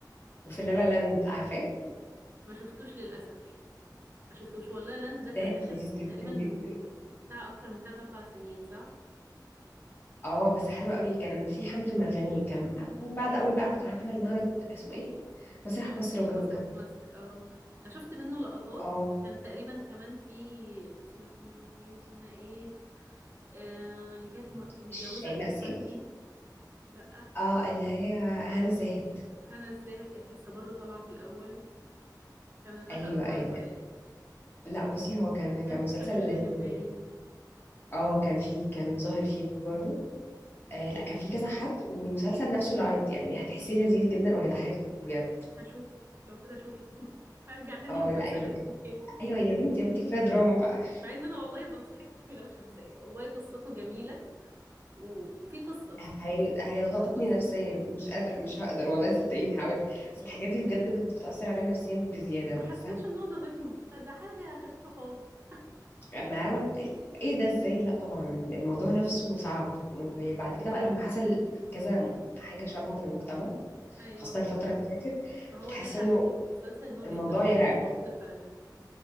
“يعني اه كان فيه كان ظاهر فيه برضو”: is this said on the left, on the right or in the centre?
Left